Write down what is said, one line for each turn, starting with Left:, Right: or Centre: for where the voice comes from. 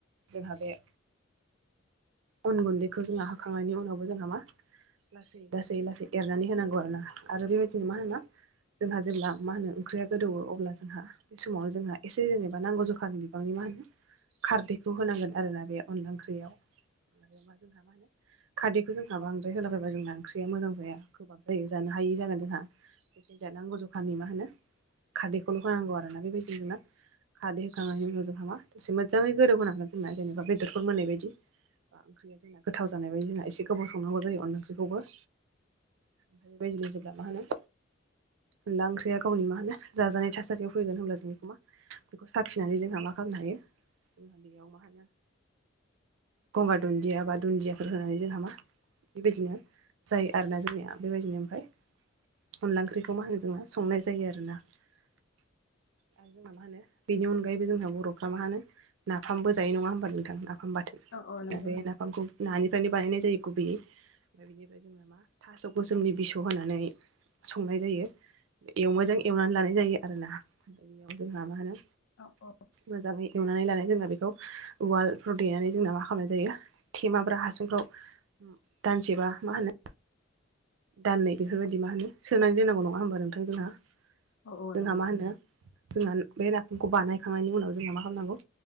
Right: जोंहा बे अन गुन्दैखौ जोंहा होखांनायनि उनावबो जोंहा मा लासै लासै लासै एरनानै होनांगौ आरोना आरो बेबायदिनो मा होनो जोंहा जेब्ला मा होनो ओंख्रिया गोदौवो अब्ला जोंहा बे समाव जोंहा एसे जेनेबा नांगौ जखानि गोबांनि मा होनो खारदैखौ होनांगोन आरोना बे अनला ओंख्रियाव आरोबा जोंहा मा होनो खारदैखौ जोंहा बांद्राय होलाबायबा जोंना ओंख्रिया मोजां जाया गोबाब जायो जानो हायि जागोन जोंहा जानांगौ जखानि मा होनो खारदैखौल' होनांगौ आरो ना बेबायदिजोंनो खारदै होखांनायनि उनाव जोंहा मा दसे मोजाङै गोदौ होनांगोन जोंना जेनेबा बेदरफोर मोननाय बायदि। ओंख्रिया जोंना गोथाव जानाय बायदि जोंहा एसे गोबाव संनांगौ जायो अनला ओंख्रिखौबो। ओमफ्राय बेबायदिनो जेब्ला मा होनो अनला ओंख्रिया गावनि मा होनो जाजानाय थासारियाव फैगोन होनब्ला जोंनि बेखौ मा साखिनानै जोंहा मा खालामनो हायो जोंहा बेयाव मा होनो गंगार दुन्जिया बा दुन्जियाफोर होनानै जोंहा मा बेबायदिनो जायो आरोना जोंनिया बेबायदिनो ओमफ्राय अनला ओंख्रिखौ मा होनो जोंना संनाय जायो आरोना आरो जोंना मा होनो बेनि अनगायैबो जोंहा बर'फ्रा मा होनो नाफामबो जायो नङा होमबा नोंथां नाफाम बाथोन।
Left: औ औ नंगौ
Right: बे नाफामखौ नानिफ्रायनो बानायनाय जायो गुबैैयै ओमफ्राय बिनि ओमफ्राय जोंना मा थास' गोसोमनि बिसौ होनानै संनाय जायो। इदि मोजां एवनानै लानाय जायो आरोना बेयाव जोंहा मा होनो
Left: औ औ।
Right: मोजाङै एवनानै लानाय जोंना बेखौ उवालफ्राव देनानै जोंना मा खालामनाय जायो। थेमाब्रा हासुंफ्राव दानसेबा मा होनो दाननै बेफोरबायदि मा होनो सोनानै दोननांगौ नङा होमबा नोंथां जोंहा।
Left: औ औ
Right: जोंहा
Left: नंगौ
Right: मा होनो जोंहा बे नाफामखौ बानायखांनायनि उनाव जोंहा मा खालामनांगौ